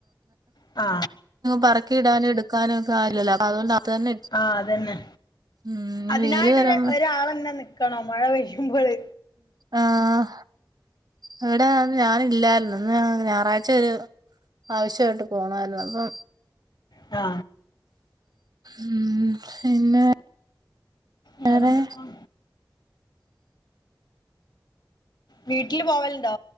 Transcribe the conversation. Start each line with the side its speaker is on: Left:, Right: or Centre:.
Left: ആ
Right: പറക്കി ഇടാനും എടുക്കാനും ഒക്കാരുലല്ലെ അതുകൊണ്ട് അത് തന്നെ ഇട്ടു
Left: ആ അതന്നെ
Right: ഉം ഇനി
Left: അതിനായിട്ട്
Right: വെയില് വരുമ്പോ
Left: ഒര് ഒരാളന്നെ നിക്ക് കണം മഴ പെയ്യുമ്പോള്
Right: ആഹ് ഇവടെ ഞാന് ഇല്ലായിരുന്നു ഇന്ന് ഞായറാഴ്ച ഒരു ആവശ്യയിട്ട് പോണായിരുന്നു അപ്പം
Left: ആ
Right: ഉം പിന്നെ
Left: വെറെ
Right: വേറെ
Left: എന്തക്കെ? വീട്ടില് പോവല്ണ്ടോ?